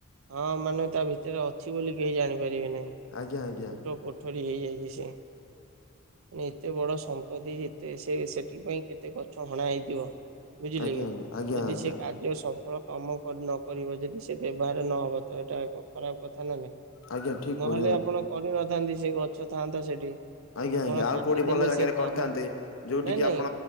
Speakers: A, on the right; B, on the left.
A: ହଁ ମାନେ ତା ଭିତରେ ଅଛି ବୋଲି କେହି ଜାଣିପାରିବେ ନାହିଁ
B: ଆଜ୍ଞା ଆଜ୍ଞା
A: ଗୋ ଏମିତି ହେଇଯାଇେ ସେ। ମାନେ ଏତେ ବଡ ସମ୍ପତ୍ତି ଏତେ ସେ ସେଥି ପାଇଁ କେତେ ଗଛ ହଣା ହେଇଥିବ। ବୁଝିଲେ
B: ଆଜ୍ଞା
A: କି
B: ଆଜ୍ଞା ଆଜ୍ଞା
A: ଯଦି
B: ଆଜ୍ଞା
A: ସେ କା ଯେବେ ସଫଳ କାମ ନ କରିବ ଯଦି ସେ ବ୍ୟବହାର ନହବ ତ ଏଇଟା ଏକ ଖରାପ କଥା ନା ନାଇଁ।
B: ଆଜ୍ଞା ଠିକ କହୁଛନ୍ତି
A: ନହେଲେ ଆପଣ କରିନଥାନ୍ତେ ସେ ଗଛ ଥାଆନ୍ତା ସେଠି।
B: ଆଜ୍ଞା
A: ଆପଣ
B: ଆଜ୍ଞା ଆଉ
A: କାଟିଦେଲେ
B: କୋଉଠି ଭଲ ଜାଗାରେ
A: ସେ କାମ
B: କରିଥାନ୍ତେ ଯୋଉଠି
A: ନାଇଁ
B: କିି
A: ନାଇଁ
B: ଆପଣ